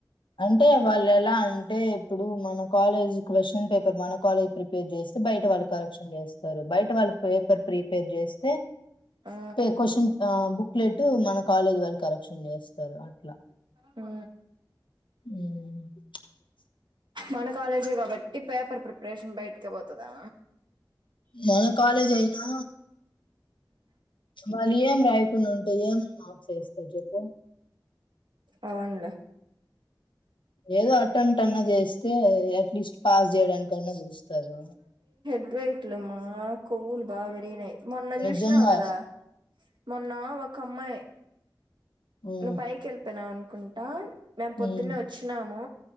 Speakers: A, on the left; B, on the right.
A: అంటే వాళ్ళు ఎలా అంటే ఇప్పుడు మన కాలేజ్ క్వశ్చన్ పేపర్ మన కాలేజ్ ప్రిపేర్ చేస్తేబయట వాళ్ళు కలెక్షన్ చేస్తారు బయట వాళ్ళు పేపర్ ప్రీపేర్ చేస్
B: ఆ
A: పే కొశ్చన్ ఆ బుక్లెట్ మన కాలేజీ వాళ్ళు కరెక్షన్ చేస్తారు అట్లా
B: హు
A: మ్
B: మన కాలేజే కాబట్టి పేపర్ ప్రిపరేషన్ బయటికే పోతదా
A: మన కాలేజ్ అయినా వాళ్ళు ఏం రాయకుండా ఉంటే ఏం మార్క్స్ వేస్తారు చెప్పు
B: అవునులే
A: ఏదో అటం అట్న్నా చేస్తే అట్లీస్ట్ పాస్ జెయడానికన్నా జుస్తారు
B: ఇదే ఇట్లమ్మా కొవ్వులు బాగా పెరిగినయ్ మొన్న జుసినావు
A: నిజంగా
B: కదా మొన్న ఒక అమ్మాయ్
A: హ్మ్.
B: నువ్వు పై కెల్పేనావ్ కుంటా మేము
A: హ్మ్.
B: పొద్దున్నే వచ్చినాము